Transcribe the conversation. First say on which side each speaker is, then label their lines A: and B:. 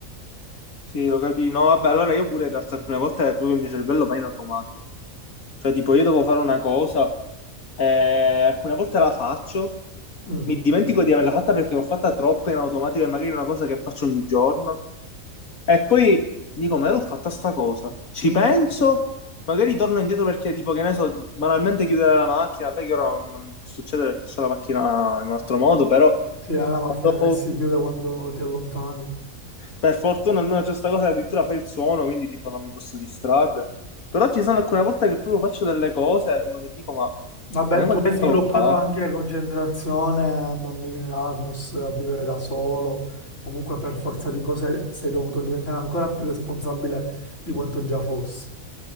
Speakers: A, on the left; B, on the left.
A: Sì, lo capito. No, vabbè, allora io pure in realtà alcune volte proprio il mio cervello va in automatico. Cioè, tipo, io devo fare una cosa, eh, alcune volte la faccio,
B: Mm,
A: mi dimentico di averla fatta perché l'ho fatta troppo in automatico e magari è una cosa che faccio ogni giorno. E poi dico, ma io l'ho fatta sta cosa? Ci
B: mm.
A: penso, magari torno indietro perché, tipo, che ne so, banalmente chiudere la macchina, beh, che ora non, non può succedere perché c'è la macchina in un altro modo, però
B: Sì, è la macchina
A: quando...
B: che si chiude quando ti allontani.
A: Per fortuna almeno c'è questa cosa che addirittura fa il suono, quindi tipo non mi posso distrarre. Però ci sono alcune volte che proprio faccio delle cose e dico, ma,
B: Vabbè,
A: ma io
B: tu
A: quella
B: hai
A: cosa
B: sviluppato
A: l'ho fatta.
B: anche la concentrazione andando in Erasmus a vivere da solo. Comunque, per forza di cose, sei dovuto diventare ancora più responsabile di quanto già fossi.